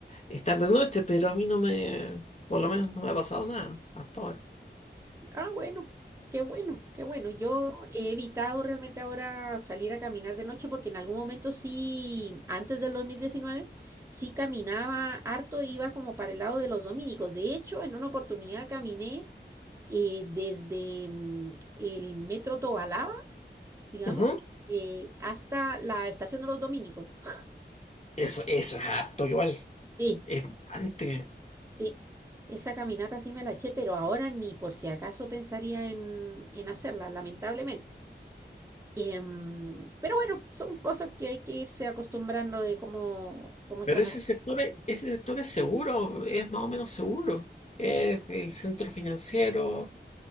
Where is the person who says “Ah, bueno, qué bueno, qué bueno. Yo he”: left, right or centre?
Right